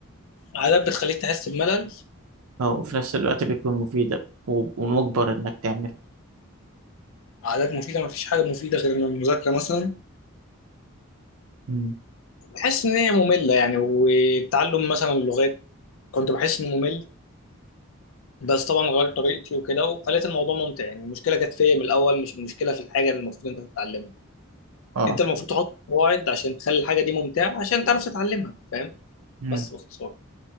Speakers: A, on the left; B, on the right.
A: عادات بتخليك تحس بملل
B: أو وفي نفس الوقت بتكون مفيدة و- ومجبر انك تعمل
A: عادات مفيدة مفيش حاجة مفيدة غير إن المذاكرة مثلا
B: مم.
A: بحس إن هي مملة يعني والتعلم مثلا اللغات كنت بحس إنه ممل بس طبعا غيرت طريقتي وكده وخليت الموضوع ممتع يعني المشكلة كانت فيا من الأول مش المشكلة في الحاجة اللي المفروض أنت تتعلمها
B: اه
A: أنت المفروض تحط قواعد عشان تخلي الحاجة دي ممتعة عشان تعرف تتعلمها فاهم
B: مم.
A: بس باختصار